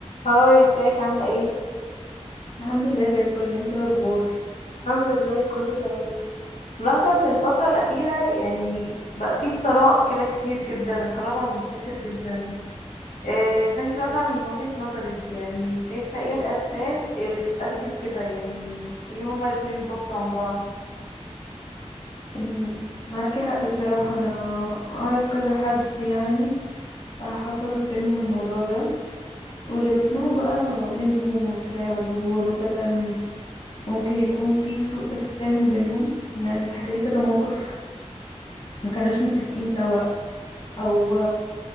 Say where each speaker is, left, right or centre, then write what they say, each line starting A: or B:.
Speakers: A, on the left; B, on the left.
A: هاي ازيك عاملة ايه؟
B: الحمد لله زي الفل انت إيه الاخبار
A: الحمد لله كله تمام ملاحظة ان الفترة الأخيرة يعني بقى فيه طلاق كده كتير جدا الطلاق بقى منتشر جدا إيه فانتي مثلا من وجهة نظرك يعني شايفة ايه الأسباب اللي تؤدي لكده يعني ان هما الاتنين ينفصلوا عن بعض
B: أمم، معاكي حق بصراحة انا اعرف كذا حد يعني حصل بينهم الموضوع ده واللي بسمعه بقى منهم وبتاع اللي هو مثلا ممكن يكون في سوء تفاهم بينهم يعني اتحكى لي كذا موقف ما كانوش متفقين سوا او